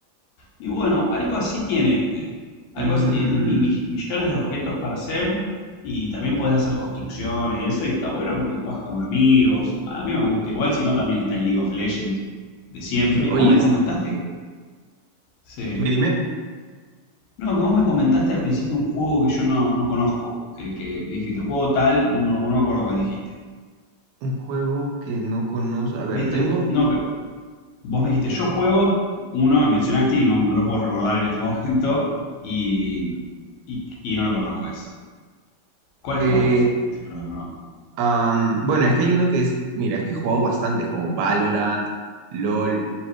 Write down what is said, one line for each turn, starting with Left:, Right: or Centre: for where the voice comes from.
Left: Y bueno, algo así tiene este. Algo
Right: Mmm.
Left: así tiene. Tiene mi- mi- millones de objetos para hacer y también podés hacer construcciones y eso. Y está bueno porque jugás con amigos. A mí me gusta. Igual si no, también está el League of Legends de siempre. Y vos
Right: Oye,
Left: me comentaste,
Right: sí.
Left: sí.
Right: Dime, dime.
Left: No, que vos me comentaste al principio un juego que yo no, no conozco. El que dijiste, juego tal, y no, me- no me acuerdo cuál dijiste.
Right: Un juego que no conozco. A ver,
Left: Me dijiste,
Right: tengo.
Left: no, que vos me dijiste, yo juego uno, y mencionaste, y no, no lo puedo recordar en este <laughs> momento, y, y, y no lo conozco ese. ¿Cuál
Right: eh,
Left: jugás vos? Decímelo de nuevo.
Right: am, bueno, es que hay uno que es. Mira, es que he jugado bastantes, como Valorant, LOL.